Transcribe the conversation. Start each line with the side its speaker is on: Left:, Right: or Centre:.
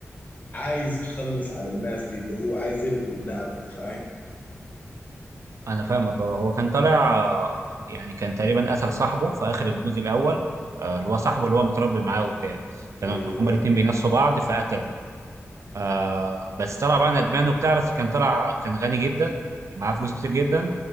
Left: عايز يخلص على الناس دي اللي هو عايز يلغي اللعبه دي فاهم
Right: انا فاهمك اه هو كان طالع آه، يعني كان تقريبا قتل صاحبه في اخر الجزء الاول آه، اللي هو صاحبه اللي هو متربي معاه وبتاع كانوا
Left: ايوه
Right: هما الاتنين بينافسوا بعض فقتلوا آه بس طلع بقى ندمان وبتاع بس كان طلع كان غني جدا معاه فلوس كتير جدا